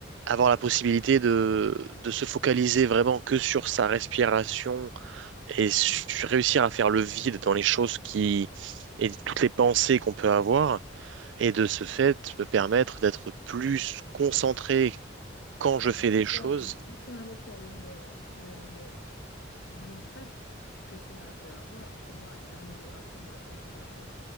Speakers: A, on the right (about 65°); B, on the left (about 75°).
A: avoir la possibilité de, de se focaliser vraiment que sur sa respiration et su- réussir à faire le vide dans les choses qui, et toutes les pensées qu'on peut avoir, et de ce fait, me permettre d'être plus concentré quand
B: Ouais,
A: je fais
B: c'est
A: des choses
B: un- c'est en effet l'un des, l'un des bienfaits que cela peut avoir, tu vois, l'amélioration de la concentration,